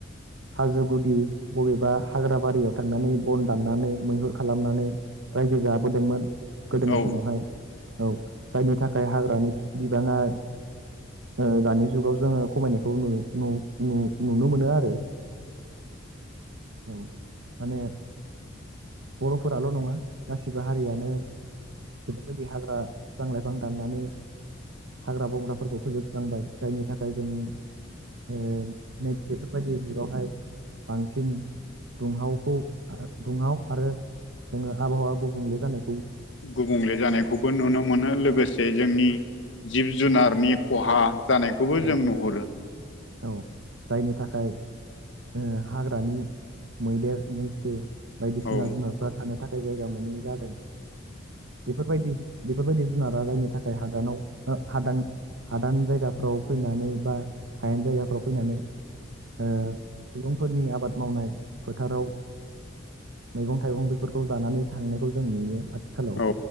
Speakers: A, on the right (about 85°); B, on the left (about 75°).
A: हाजो गुदि बबेबा हाग्रााबारियाव थांनानै बन दाननानै मैहुर खालामनानै रायजो जाबोदोंमोन। गोदोनि
B: औ
A: समावहाय औ जायनि थाखाय हाग्रानि बिबाङा ओ दानि जुगाव जोङो खमायनायखौ नु नु-नुनो मोनो आरो। औ माने बर'फोराल' नङा गासिबो हारियानो बेफोरबायदि हाग्रा फिफां-लाइफां दाननानै हाग्रा बंग्राफोरखौ फोजोबस्रांबाय जायनि थाखाय जों ओ नै बेफोरबायदि जुगावहाय बांसिन दुंहावखौ दुंहाव आरो जोङो आबहावा गुबुंले जानाय
B: गुबुंले जानायखौबो नुनो मोनो लोगोसे जोंनि जिब जुनार नि खहा जानायखौबो
A: औ
B: जों नुहुरो
A: औ जायनि थाखाय ओ हाग्रानि मैदेर मैसो बायदिसिना
B: औ
A: जुनारफ्रा थानो थाखाय जायगा मोनै जादों बेफोरबायदि बेफोरबायदि जुनारा जायनि थाखाय हादानाव हादान हादान जायगाफ्राव ओ फैनानै बा हायेन जायगाफ्राव फैनानै सुबुंफोरनि आबाद मावनाय फोथाराव मैगं थाइगं बेफोरखौ जानानै थांनायखौ जों नुयो। हेल'
B: औ